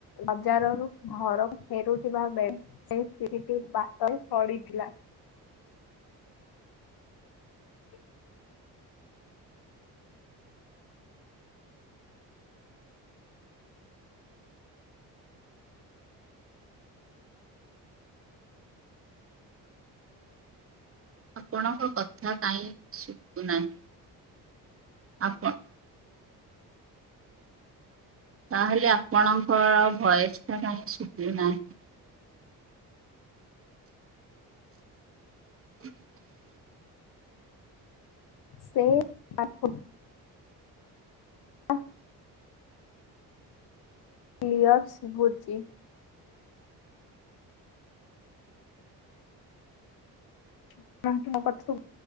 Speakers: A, on the left (about 65°); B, on the right (about 35°).
A: ବଜାରରୁ ଘରକୁ ଫେରୁଥିବା ବେଳେ ସେଇତି ଟେ ବାଟ ହ ପଡିଥିଲା। <inaudible>
B: ଆପଣଙ୍କ କଥା କାହିଁ ଶୁବୁନାହିଁ। ଆପ ତାହେଲେ ଆପଣଙ୍କ ଭୟସଟା କାହିଁ ଶୁବୁ ନାହିଁ। <inaudible>
A: ସେ <unintelligible> ଆ। କ୍ଲିଅର ଶୁବୁଚି। <unintelligible>